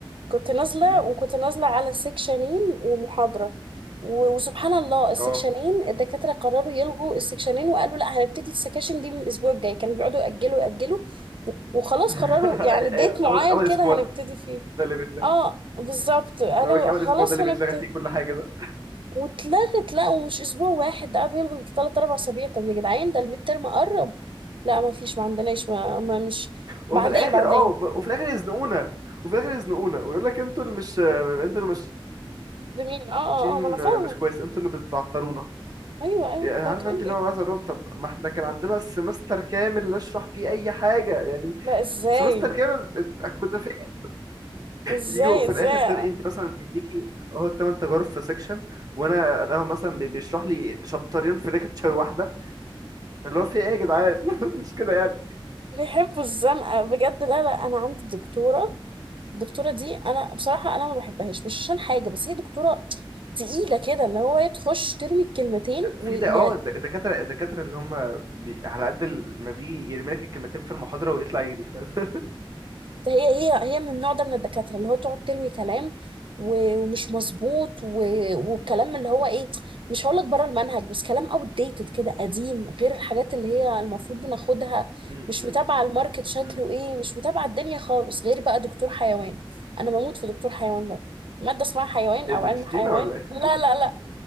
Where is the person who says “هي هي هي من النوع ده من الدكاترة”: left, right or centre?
Right